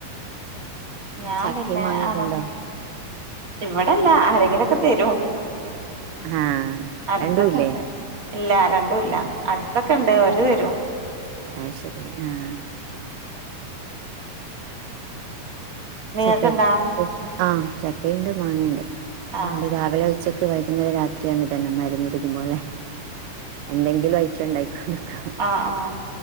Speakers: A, on the right (about 30°); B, on the right (about 75°).
A: ഞാൻ
B: ചക്കയും
A: പിന്നെ
B: മാങ്ങയൊക്കെ
A: അമർ
B: ഉണ്ടോ
A: ഇവിടെല്ല ആരെങ്കിലൊക്കെ തരും
B: ആഹ്
A: അടുത്തൊക്കെ
B: രണ്ടുല്ലേ
A: ഇണ്ട് ഇല്ല രണ്ടും അല്ല അടുത്തൊക്കെ ഇണ്ട് അവര്തരും
B: അയ് ശരി ആ ആ
A: നിങ്ങൾക്കുണ്ടാ
B: ചക്ക കൂട്ടാൻ ചക്കയുണ്ട് മാങ്ങയുണ്ട് അതുകൊണ്ട്
A: ആഹ്
B: രാവിലെ ഉച്ചക്ക് വൈകുന്നേരം രാത്രിയാണ് ഇതന്നെ മരുന്ന്ടിക്കുമ്പോലെ എന്തെങ്കിലും ഐറ്റം ഉണ്ടായിക്കോണ്ട്ക്കും
A: ആ ആഹ